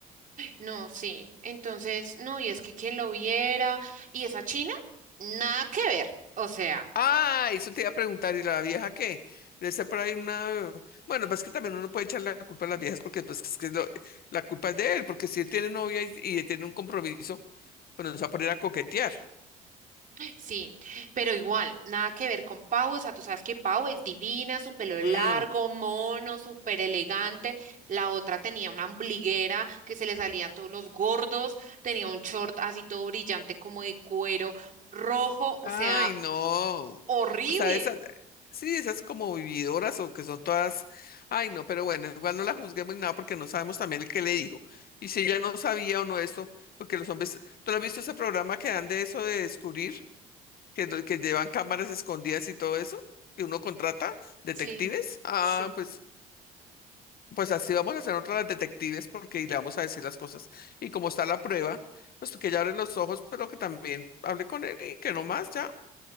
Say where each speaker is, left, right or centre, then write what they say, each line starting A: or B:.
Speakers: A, on the right (about 45°); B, on the left (about 50°).
A: No, sí. Entonces, no, y es que quien lo viera, y esa China, nada que ver. O sea,
B: ah, eso te iba a preguntar, ¿y la vieja qué? Debe ser por ahí una, bueno, pues que también uno puede echar la culpa a las viejas porque pues es que lo- la culpa es de él, porque si él tiene novia y, y tiene un compromiso, pues nos va a poner a coquetear.
A: sí, pero igual, nada que ver con Pau. O sea, tú sabes que Pau es divina, su pelo
B: Mm.
A: largo, mono, súper elegante. La otra tenía una ombliguera que se le salían todos los gordos, tenía un short así todo brillante como de cuero rojo, o
B: Ay,
A: sea,
B: no.
A: horrible.
B: O sea, esas, sí, esas como vividoras o que son todas, ay, no, pero bueno, igual no la juzguemos ni nada porque no sabemos también el que le dijo. Y si ella no sabía o no esto, porque los hombres, ¿tú no has visto ese programa que dan de eso de descubrir, que, lo- que llevan cámaras escondidas y todo eso, que uno contrata detectives?
A: Sí,
B: Ah,
A: sí.
B: pues, pues así vamos a hacer otras detectives porque y le vamos a decir las cosas. Y como está la prueba, pues que ella abre los ojos, pero que también hable con él y que no más ya,